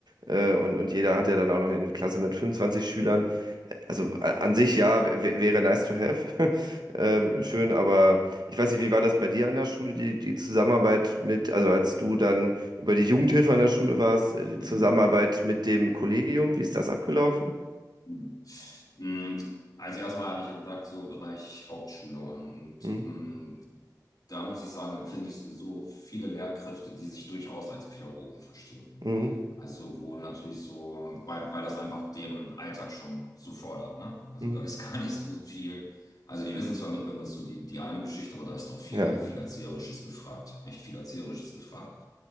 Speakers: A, on the right; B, on the left.
A: Äh, und, und jeder hat ja dann auch noch eine Klasse mit 25 Schülern. Also a- an sich ja, w- w- wäre nice to have. <laughs> Ähm,
B: Mhm.
A: schön, aber ich weiß nicht, wie war das bei dir an der Schule, die, die Zusammenarbeit mit, also als du dann über die Jugendhilfe an der Schule warst, äh,
B: Mhm.
A: die Zusammenarbeit mit dem Kollegium, wie ist das abgelaufen?
B: Mhm. Mm, Also erstmal habe ich ja gesagt, so Bereich Hauptschule und
A: Hm,
B: mm, da muss ich sagen, empfinde ich sowieso viele Lehrkräfte, die sich durchaus als Pädagogen verstehen.
A: hm,
B: Also wo natürlich so, weil, weil das einfach deren Alltag schon so fordert, ne? Also
A: hm,
B: da ist <laughs> gar nicht so viel. Also die Wissensvermittlung ist so die, die eine Geschichte, aber da ist doch viel,
A: ja.
B: viel Erzieherisches gefragt. Echt viel Erzieherisches gefragt.